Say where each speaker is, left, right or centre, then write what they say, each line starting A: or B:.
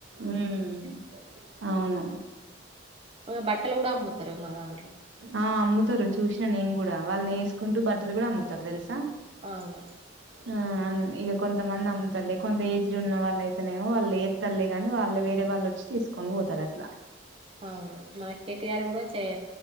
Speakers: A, on the right; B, on the right.
A: ఉమ్ అవును
B: అ బట్టల కూడా అమ్ముతరు మాదాంట్ల
A: ఆ అమ్ముతారు చూసిన నేను కూడా వాళ్ళు నేసుకుంటూ బట్టలు కూడా అమ్ముతారు తెలుసా
B: అవును
A: ఆ ఇక కొంతమంది అమ్ముతలే కొంత ఏజ్డ్ ఉన్న వాళ్ళయితేనేమో ఎత్తరులే కాని వాళ్ళు వేరే వాళ్ళు వచ్చ తీసుకొని పోతారు అట్లా
B: అవును మన కేటిఆర్ కూడా చే